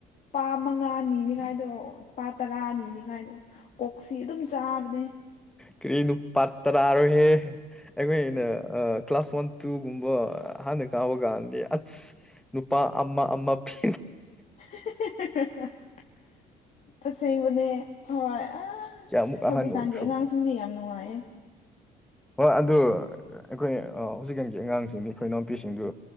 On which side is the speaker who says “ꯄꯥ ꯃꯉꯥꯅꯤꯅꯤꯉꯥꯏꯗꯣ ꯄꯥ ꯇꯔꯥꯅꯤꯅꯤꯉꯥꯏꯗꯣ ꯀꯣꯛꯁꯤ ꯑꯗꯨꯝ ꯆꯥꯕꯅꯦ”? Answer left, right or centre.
Left